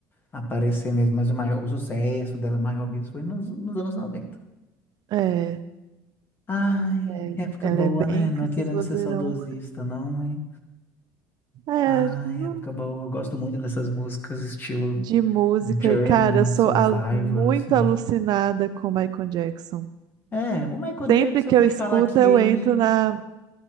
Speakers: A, on the left; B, on the right.
A: aparecer mesmo. Mas o maior, o sucesso dela maior mesmo foi nos, nos anos 90.
B: É,
A: Ai,
B: é.
A: época
B: Ela
A: boa,
B: é
A: né?
B: bem
A: Não
B: com
A: é
B: esses
A: querendo
B: vozeirão.
A: ser saudosista, não, mas
B: É,
A: Ah,
B: não-
A: é época boa. Eu gosto muito dessas músicas estilo
B: de música.
A: Journey,
B: Cara, eu sou
A: Survivor,
B: al- muito
A: assim.
B: alucinada com Michael Jackson.
A: É, o Michael
B: Sempre
A: Jackson,
B: que
A: eu vou
B: eu
A: te
B: escuto,
A: falar que
B: eu
A: ele,
B: entro na.